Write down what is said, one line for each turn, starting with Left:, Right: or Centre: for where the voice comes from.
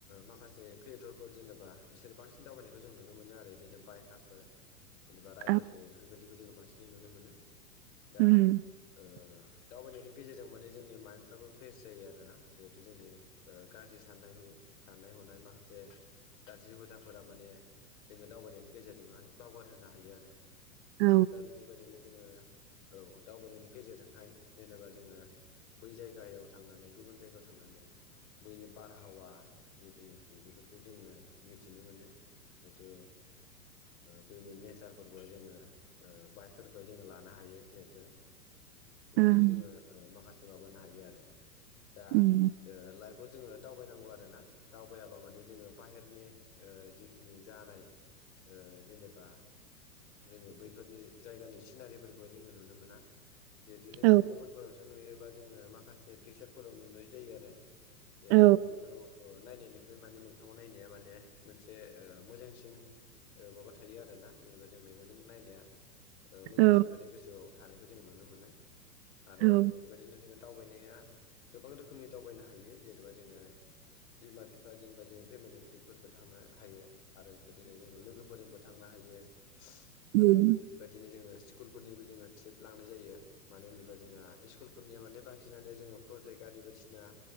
Left: माखासे क्रियेटरफोर जेनेबा बिसोर बांसिन दावबायनायखौ जों नुनो मोनो आरो जेनेबा बाइकारफोर
Right: <inaudible>
Left: जेनेबा रायदारफोर
Right: आब
Left: बेफोरबायदिखौ जोङो बांसिनै नुनो मोनो दा
Right: उम <inaudible>
Left: ओ दावबायनायनि गेजेरजों माने जोंनि माइन्दफ्राबो फ्रेस जायो आरोोना जिहेतु जोंनि गाज्रि साननाय ह साननाय हनाय माखासे गाज्रि हुदाफोरा माने जोङो दावबायनायनि गेजेरजोंहाय बावगार होनोनो हायो आरो
Right: औ
Left: आरो दा बेफोरबायदिनो जोङो औ दावबायनायनि गेजेरजोंहाय जेनेबा जोङो बै जायगायाव थांनानै गुबुन जायगायाव थांनानै बैनि बारहावा जिथुनाखि बेफोरखौ जोङो मिथिनो मोनो जिथु बनि नेचारफोरखौहाय जोङो बाय फोरखौहाय जोङो लानो हायो जिहेथु बेबायदिखौ
Right: ओं
Left: जोङो माखासे माबानो हायो आरो दा
Right: उम
Left: लाइफआव जोङो आरो ना दावबायाबा माने जोङो बाहेरनि जिखिनि जानाय जेनेबा जोङो बैफोरनि जायगानि सिनारिफोरखौहाय जोङो नुनो मोना जिहेथु जोङो
Right: औ
Left: मबल फोरावसो नुयोबा जोङो माखासे पिकसारफोराव नुनाय जायो आरो जिहेतु
Right: औ
Left: बैफोराव नायनायनिख्रुइ माने मोगथाङाव नायनाया माने मोनसे मोजांसिन ओ माबा थायो आरोना जेनेबा जों मेगनजों नायनाया ओ मोजांसिन
Right: औ
Left: माने गोसोआव थानायखौ जों नुनो मोनो आरो
Right: औ
Left: बे बेबायदिनो जोङो दावबायनाया गोबां रोखोमनि दावबायनो हायो जेनेबा जोङो बिमा-बिफा जेनेबा जोङो फेमिलि ट्रिपफोरबो थांनो हायो आरो बेफोरदिनो जोङो लोगोफोरजोंबो थांनो हायो
Right: उम
Left: आरो बेफोरबादि बादिनो जोङो स्कुलफोरनिबो जोङो ट्रिप लांनाय जायो मानो होनोब्ला जोंहा इस्कुलफोरनिया माने बांसिनानो जोङो प्रजेक्ट आरि बायदिसिना